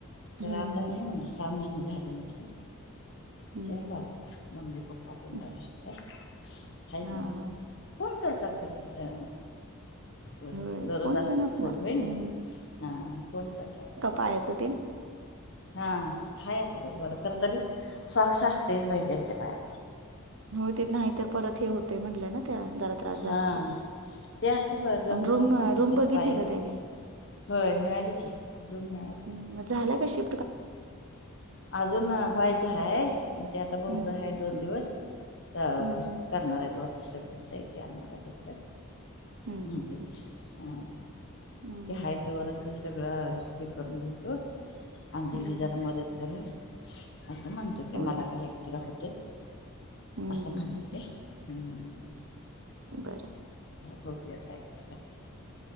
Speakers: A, on the right; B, on the left.
A: हं.
B: तर आता नाही म्हणलं सहा महिने झाले म्हट. इ
A: हं,
B: ला मम्मी पप्पाातन
A: हं.
B: बर आहे का?
A: हां, हां.
B: फोन करत असेल की ह. हो
A: होय
B: दररोज
A: कोण
B: असेल
A: बी नसणार.
B: फोन होई
A: हं.
B: ना हा फोन करत असेल.
A: पाहायचं ते
B: हा आहेा आता तर बरं खर तरी स्वाक्ष असतेच बाई त्यांच्या पाया
A: होती नाही तर परत हे होते म्हटलं ना त्या त्रास झाला
B: हा
A: की.
B: ते असं ब जमनीवरती
A: आणि रूम अ,
B: तसच
A: रूम बघितली
B: पायास
A: का त्यांनी?
B: होय मिळालेली की रूम मिळाली.
A: हं, मग झाल्या कशी
B: अजून हयच हाय त्याता ब
A: हं,
B: उद आहे. दोन दिवस करणार
A: हं, हं.
B: आहेत वाटत सगळ साहित्य आणणार आहे तिकडें.
A: हं,
B: मजात
A: हं, हं.
B: हा.
A: हं,
B: ते हाय त्यावढच सगळं हे करून घेतो अंजली
A: हं.
B: जरा मदत करल. असं म्हणतो त्या
A: होय,
B: मला
A: होय.
B: काय एकटिवा होतय
A: हं,
B: असं
A: हं,
B: म्हणतो
A: हं, हं.
B: त्या ह्
A: बरं.
B: बगूया काय काय करते.